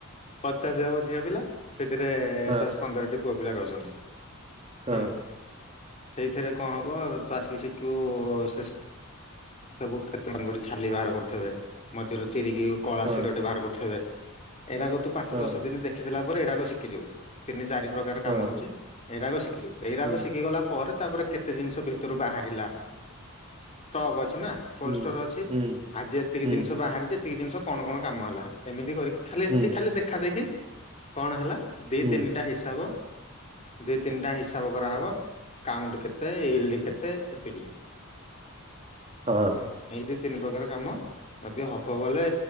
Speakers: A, on the left; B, on the right.
A: ପଚାଶ ଯବଝିଅ ପିଲା ସେଥିରେ
B: ହଁ
A: ଦଶ ପନ୍ଦରଟି ପୁଅ ପିଲା ରହୁଛନ୍ତି
B: ହଁ
A: ହେଲା। ସେଇଥିରେ କଣ ହବ ତୁ ଆସି ଶିଖୁ ସେ ସବୁଙ୍ଗୁ ଛାଲି ବାହାର କରୁଥେ ମଝିରେରୁ ଚିରିକି କ୍ଷୀରଟେ
B: ହଁ
A: ବାହାର କରିଥିବେ ଏଇଟାକ ତୁ ପାଞ୍ଚ
B: ହଁ
A: ଦଶ ଦିନ ଦେଖିଥିଲା ପରେ ଏଗୁାକ ଶିଖିିବ ତିନି ଚାରି ପ୍ରକାର
B: ହଁ
A: କାମ ହଉଛି ଏଇ ଶିକ ଶୁ ଏଇଗାକ
B: ହୁଁ
A: ଶିଖିଗଲା ପରେ ତାପରେ କେତେ ଜିନିଷ ଭିତରୁ ବାହାରିଲା ଅ ନା କୋଲଷ୍ଟୋର
B: ହୁଁ
A: ଅଛି
B: ହୁଁ
A: ଆଜି ଏତିକି
B: ହୁଁ
A: ଜିନିଷ ବାହାରିଛି ଟେ ଜିନଷ କଣ କଣ କାମ ହେଲା ଏମିତି କରି ଖାଲି ଏତିକି
B: ହୁଁ
A: ଖାଲି ଦେଖା ଦେଖି କଣ ହେଲା ଦି
B: ହୁଁ
A: ତିନିଟା ହିସାବ ଦି ତିନିଟା ହିସାବ କରାହବ କାଉଣ୍ଟ କେତେ ଇଲି କେତେ ଏତିକି
B: ହଁ।
A: ହ ଏଇ ଦିଇ ତିନି ପ୍ରକାର କାମ ଏବେ ହବ ଗଲେ